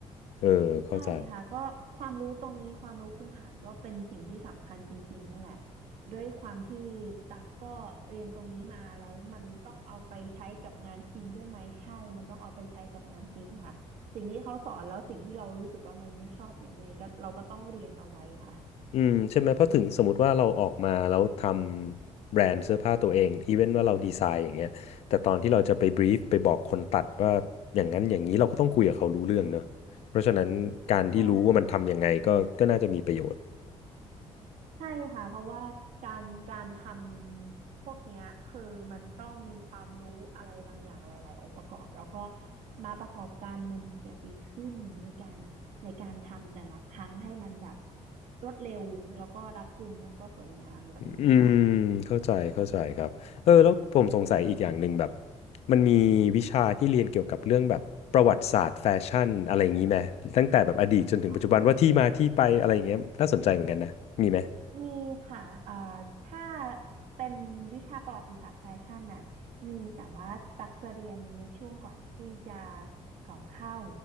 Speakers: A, on the left (about 60°); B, on the right (about 85°).
A: เออเข้าใจ
B: ใช่ค่ะก็ความรู้ตรงนี้ความรู้พื้นฐานก็เป็นสิ่งที่สำคัญจริงๆนั่นแหละด้วยความที่ตักก็เรียนตรงนี้มาแล้วมันต้องเอาไปใช้กับงานจริงด้วยไหมใช่มันต้องเอาไปใช้กับงานจริงค่ะสิ่งที่เขาสอนแล้วสิ่งที่เรารู้สึกว่ามันไม่ชอบเนี่ยยังไงก็เราก็ต้องเรียนเอาไว้ค่ะ
A: อืมใช่ไหมเพราะถึงสมมติว่าเราออกมาแล้วทำแบรนด์เสื้อผ้าตัวเองอีเวนว่าเราดีไซน์อย่างเงี้ยแต่ตอนที่เราจะไปบรีฟไปบอกคนตัดว่าอย่างนั้นอย่างนี้เราก็ต้องคุยกับเขารู้เรื่องเนอะเพราะฉะนั้นการที่รู้ว่ามันทำยังไงก็ก็น่าจะมีประโยชน์
B: ใช่ ใช่ค่ะเพราะว่าการการทำพวกเนี้ยคือมันต้องมีความรู้อะไรบางอย่างหลายๆองค์ประกอบแล้วก็มาประกอบกันมันถึงจะดีขึ้นในการในการทำแต่ละครั้งให้มันแบบรวดเร็วแล้วก็รัดกุมแล้วก็สวยงามแบบนี้ดีกว่า
A: อืมเข้าใจเข้าใจครับเออแล้วผมสงสัยอีกอย่างหนึ่งแบบมันมีวิชาที่เรียนเกี่ยวกับเรื่องแบบประวัติศาสตร์แฟชั่นอะไรอย่างนี้ไหมตั้งแต่แบบอดีตจนถึงปัจจุบันว่าที่มาที่ไปอะไรอย่างเงี้ยน่าสนใจเหมือนกันนะมีไหม
B: อ่า มีค่ะอ่าถ้าเป็นวิชาประวัติศาสตร์แฟชั่นน่ะมีแต่ว่าตักจะเรียนในช่วงก่อนที่จะสอบเข้า